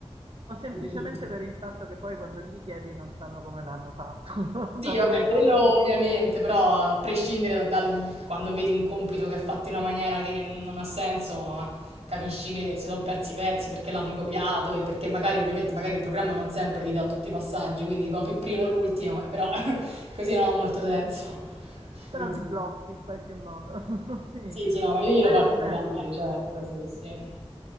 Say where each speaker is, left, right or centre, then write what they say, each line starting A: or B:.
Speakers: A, on the right; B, on the right.
A: O semplicemente
B: <laughs>
A: per il fatto che poi quando gli chiedi non sanno come l'hanno fatto,
B: Sì,
A: <laughs> da
B: vabbè,
A: dove è
B: quello
A: uscito,
B: ovviamente, però a prescindere da- dal quando vedi un compito che è fatto in una maniera che non ha senso, capisci che si sono persi i pezzi perché l'hanno copiato e perché magari ovviamente magari il programma non sempre ti dà tutti i passaggi, quindi copi il primo, l'ultimo, eh, però <laughs> così non ha molto senso.
A: però
B: Quindi
A: ti blocchi in qualche modo. <laughs> Sì.
B: sì, sì, no, ma io glielo
A: Beh,
B: faccio
A: vabbè.
B: notare, certo, sì, sì.